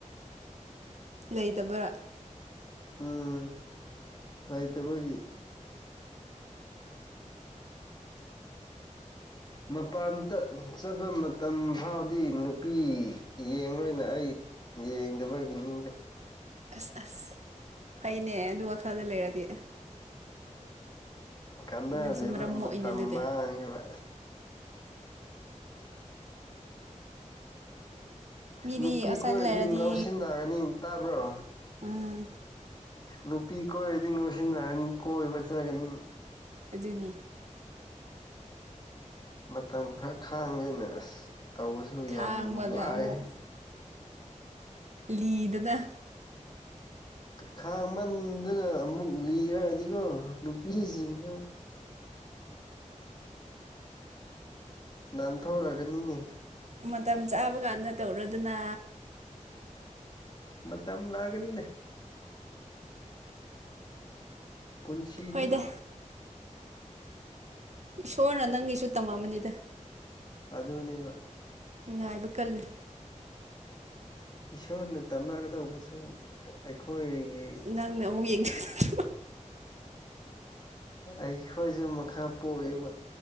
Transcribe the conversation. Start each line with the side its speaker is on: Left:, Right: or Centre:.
Right: ꯂꯩꯇꯕꯔ꯫
Left: ꯎꯝ ꯂꯩꯇꯕꯒꯤ꯫ ꯃꯄꯥꯟ ꯇ-ꯆꯠꯄ ꯃꯇꯝ ꯐꯥꯎꯗꯤ ꯅꯨꯄꯤ ꯌꯦꯡꯂꯣꯏꯅ ꯑꯩ ꯌꯦꯡꯗꯕꯒꯤꯅꯤꯗ꯫
Right: ꯑꯁ ꯑꯁ ꯐꯩꯅꯦ ꯑꯗꯨ ꯋꯥꯈꯜꯗ ꯂꯩꯔꯗꯤ꯫
Left: ꯀꯥꯟꯅꯗꯦꯕ
Right: ꯅꯪꯁꯨ ꯃꯔꯝ ꯃꯣꯛꯏꯅꯦ
Left: ꯃꯇꯝ
Right: ꯑꯗꯨꯗꯤ
Left: ꯃꯥꯡꯉꯦꯕ꯫
Right: ꯃꯤꯗꯤ
Left: ꯅꯨꯄꯤ
Right: ꯑꯥꯎꯠꯁꯥꯏꯗ
Left: ꯀꯣꯏꯔꯗꯤ
Right: ꯂꯩꯔꯗꯤ
Left: ꯉꯥꯎꯁꯤꯟꯅꯒꯅꯤ ꯇꯥꯕ꯭ꯔꯣ꯫
Right: ꯎꯝ
Left: ꯅꯨꯄꯤ ꯀꯣꯏꯔꯗꯤ ꯉꯧꯁꯤꯟꯅꯒꯅꯤ ꯀꯣꯏꯕ ꯆꯠꯀꯅꯤ꯫
Right: ꯑꯗꯨꯅꯤ
Left: ꯃꯇꯝ ꯈꯔ ꯈꯥꯡꯒꯦꯅ ꯑꯁ ꯇꯧꯕꯁꯨ
Right: ꯈꯥꯡꯕꯗ
Left: ꯌꯥꯝ ꯋꯥꯏꯍꯦ
Right: ꯑꯃꯨꯛ ꯂꯤꯗꯅ
Left: ꯈꯥꯡꯃꯟꯗꯅ ꯑꯃꯨꯛ ꯂꯤꯔꯗꯤꯀꯣ ꯅꯨꯄꯤꯁꯤꯡꯁꯨ ꯅꯟꯊꯨꯔꯒꯅꯤꯅꯦ
Right: ꯃꯇꯝ ꯆꯥꯕ ꯀꯥꯟꯗ ꯇꯧꯔꯣꯗꯅ
Left: ꯃꯇꯝ ꯂꯥꯛꯒꯅꯤꯅꯦ ꯄꯨꯟꯁꯤꯗ
Right: ꯍꯣꯏꯗ ꯏꯁꯣꯔꯅ ꯅꯪꯒꯤꯁꯨ ꯇꯃ ꯃꯅꯤꯗ
Left: ꯑꯗꯨꯅꯤꯕ
Right: ꯉꯥꯏꯕ ꯀꯜꯂꯨ
Left: ꯏꯁꯣꯔꯅ ꯇꯝꯃꯒꯗꯧꯕꯁꯨ ꯑꯩꯈꯣꯏꯒꯤ
Right: ꯅꯪꯅ ꯑꯃꯨꯛ ꯌꯦꯡꯊꯗ꯭ꯔꯣ
Left: ꯑꯩꯈꯣꯏꯁꯨ ꯃꯈ ꯄꯣꯛꯏꯕ